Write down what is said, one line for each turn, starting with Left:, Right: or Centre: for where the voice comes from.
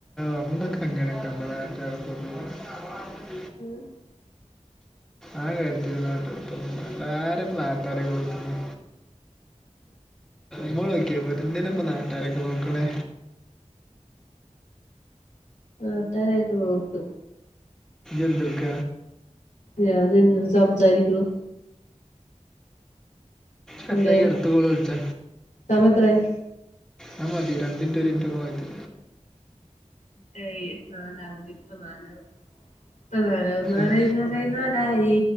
Centre: നമ്മളൊക്കെ അങ്ങനെയൊക്കെ ഉണ്ട നാട്ടുനട <unintelligible>
Left: ഉം
Centre: ആ കാര്യത്തില് നാട്ടടപ്പൊന്നും വേണ്ട ആരാ ഇപ്പോ നാട്ടാരെക്കെ നോക്കുന്നേ മ്മളൊ കേ വരുന്നന്തിനാ ഇപ്പൊ നാട്ടാരൊക്കെ നോക്കണേ
Left: ആഹ് നട്ടരെക്കെ നോക്ക്
Centre: ഇന്തർക്ക
Left: ഞാൻ നിന്നട് സംസാരിക്കണു.
Centre: കട്ടായി
Left: എന്തേ
Centre: അടുത്ത കോൾ വിളിച്ച
Left: സമയം എത്രായി
Centre: ആ മതി രണ്ട് മിനുട്ട് ഒരു മിനിറ്റ് ഒകെ മതി
Left: റ്റയി നാലാവട്ടെ ഇപ്പ നാലവും. ഇപ്പ നാലാവും നാലായി
Centre: ഏ
Left: നാലായി നാലായി